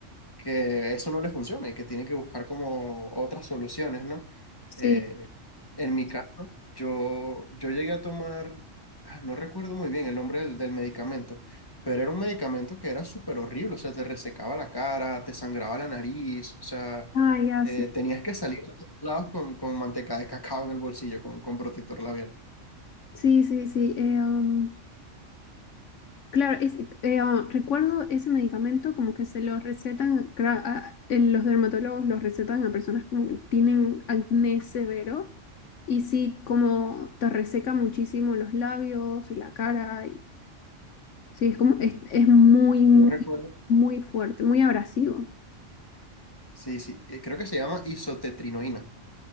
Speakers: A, on the left; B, on the left.
A: que eso no le funciona y que tiene que buscar como otras soluciones, ¿no?
B: Sí,
A: Eh, en mi caso, yo, yo llegué a tomar, ah, no recuerdo muy bien el nombre del, del medicamento, pero era un medicamento que era súper horrible, o sea, te resecaba la cara, te sangraba la nariz, o sea,
B: ah, ya,
A: eh,
B: sí.
A: tenías que salir a todos lados con, con manteca de cacao en el bolsillo, con, con protector labial.
B: Sí, sí, sí. eh, um, claro, es- eh, ah, recuerdo ese medicamento como que se lo recetan, cra- a- en los dermatólogos los recetan a personas como que tienen acné severo y sí, como te reseca muchísimo los labios y la cara Sí, es como, es, es muy, muy,
A: Yo recuerdo,
B: muy fuerte, muy abrasivo.
A: sí, sí, eh, creo que se llama isotetrinoína.